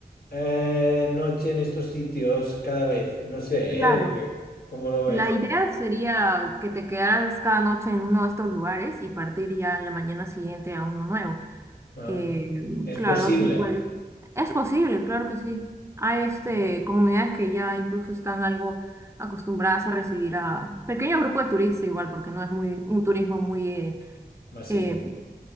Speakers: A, on the left; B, on the right.
A: eh, noche en estos sitios cada vez, no sé,
B: Claro.
A: ¿eh? Porque, ¿cómo lo ves?
B: La idea sería que te quedaras cada noche en uno de estos lugares y partir ya la mañana siguiente a uno nuevo.
A: Ah,
B: Eh,
A: Es
B: claro,
A: posible,
B: sí, pues es posible, claro que sí. Hay este,
A: ¿no?
B: comunidades que ya incluso están algo acostumbradas a recibir a pequeño grupo de turistas igual, porque no es muy un turismo muy eh,
A: Masivo.
B: eh,